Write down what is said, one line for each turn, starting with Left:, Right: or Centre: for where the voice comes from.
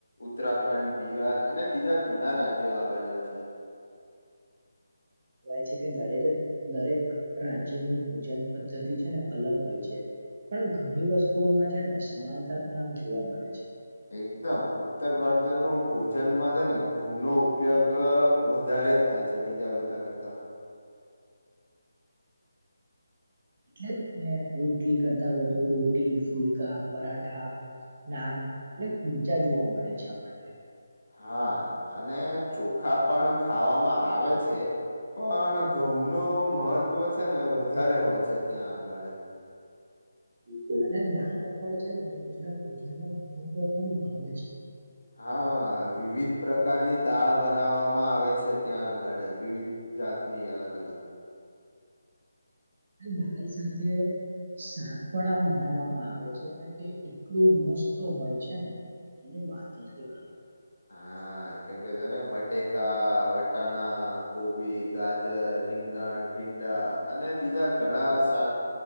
Left: ઉત્તરાખંડ બિહાર અને બીજા ઘણા રાજ્યો આવેલા <inaudible>
Right: કહેવાય છે કે દરે દરેક રાજ્યની ભોજન પદ્ધતિ છે ને અલગ હોય છે પણ ઘણી વસ્તુઓમાં છે ને સમાનતા પણ આમ જોવા મળે છે
Left: એકદમ ઉત્તર ભારત ન ભોજનમાં છે ને ઘઉ નો ઉપયોગ વધારે થાય છે બીજા બધા કરતા
Right: એટલે જ ને રોટલી કરતા વધુ રોટી ફુલકા પરાઠા નાન કુલચા જોવા મળે છે આપણને
Left: હા અને ચોખા પણ ખાવામાં આવે છે પણ ઘઉં ન મહત્ત્વ છે ને વધારે હોય છે ત્યાં આગળ
Right: બિલકુલ અને દાળ પણ છેને રોજના ભોજનનો મહત્વ પણ ભાગ છે
Left: હા વિવિધ પ્રકારની દાળ બનાવામાં આવે છે ત્યાં આગળ વિવિધ જાતની અલગ અલગ
Right: દાલ સાથે શાક પણ આમ બનાવવામાં આવે છે અને તે એટલું મસ્ત હોય છે ને વાત જ કઈ કર
Left: હા કેમ કે છેને બટેકા વટાણા કોબી ગાજર રીંગણ પીંડા અને બીજા ઘણા શાક